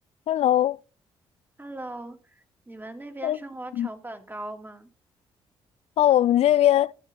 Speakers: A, on the left; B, on the right.
A: Hello，
B: Hello，你们那边生活成本高吗？
A: 哎，嗯哦，我们这边，